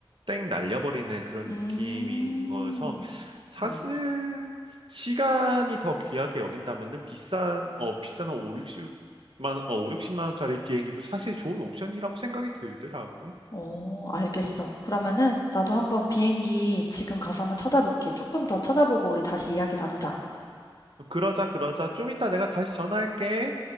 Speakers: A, on the right (about 70°); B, on the left (about 45°).
A: 땡 날려버리는 그런
B: 음,
A: 느낌인 거여서 사실
B: 음.
A: 시간이 더 귀하게 여긴다면은 비싼 어 비싼 한 5, 6만어 5, 60만 원짜리 비행기도 사실 좋은 옵션이라고 생각이 들더라고.
B: 오, 알겠어. 그러면은 나도 한번 비행기 지금 가서 한번 찾아볼게. 조금 더 찾아보고 우리 다시 이야기 나누자.
A: 그러자 그러자 좀 이따 내가 다시 전화할게.